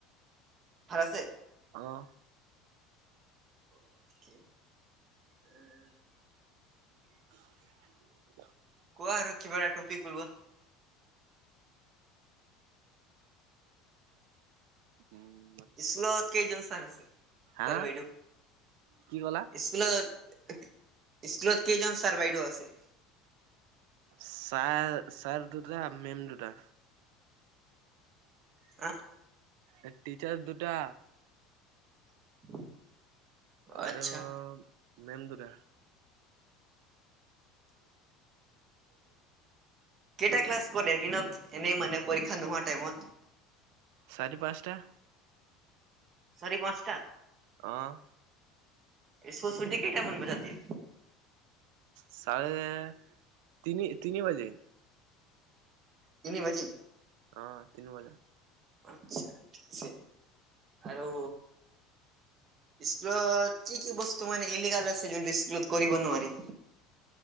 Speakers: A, on the right (about 35°); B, on the right (about 75°).
A: ভাল আছে?
B: অহ।
A: <inaudible>
B: <unintelligible>
A: কোৱা আৰু কিবা এটা টপিক উলোৱা।
B: উম
A: স্কুলত কেইজন ছাৰ আছে
B: হা
A: ছাৰ বাইদেউ
B: কি ক'লা?
A: ইস্কুলত স্কুলত কেইজন ছাৰ বাইদেউ আছে?
B: ছাৰ ছাৰ দুটা মেম দুটা।
A: হা
B: এ টিচাৰচ্ দুটা।
A: <inaudible>
B: আৰু
A: আচ্ছা।
B: মেম দুটা। <inaudible>
A: কেইটা ক্লাছ কৰে এদিনত এনেই মানে পৰীক্ষা নোহোৱা টাইমত?
B: চাৰি পাঁচটা।
A: চাৰি পাঁচটা।
B: অ',
A: ক চুটি কেইটা মান বজাত দিয়ে?
B: চাৰে তিনি তিনি বাজি।
A: তিনি বাজি
B: অ', তিনি বজা।
A: আচছাছে আৰু স্কুলত কি কি বস্তু মানে ইলিগাল আছে যোনটো স্কুলত কৰিব নোৱাৰি?